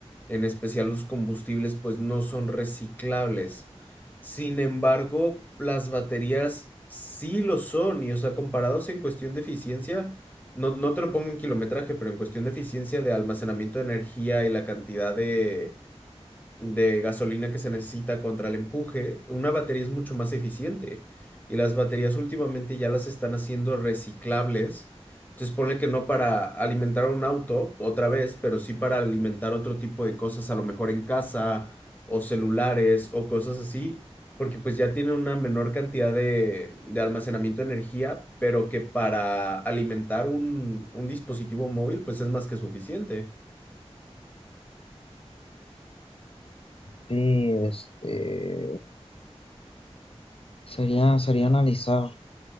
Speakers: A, on the left; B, on the left.
A: en especial los combustibles, pues no son reciclables. Sin embargo, las baterías sí lo son, y o sea, comparados en cuestión de eficiencia, no, no te lo pongo en kilometraje, pero en cuestión de eficiencia de almacenamiento de energía y la cantidad de de gasolina que se necesita contra el empuje, una batería es mucho más eficiente. Y las baterías últimamente ya las están haciendo reciclables. Entonces ponle que no para alimentar un auto otra vez, pero sí para alimentar otro tipo de cosas, a lo mejor en casa o celulares o cosas así, porque pues ya tiene una menor cantidad de, de almacenamiento de energía, pero que para alimentar un, un dispositivo móvil pues es más que suficiente.
B: Sí, este, sería, sería analizar,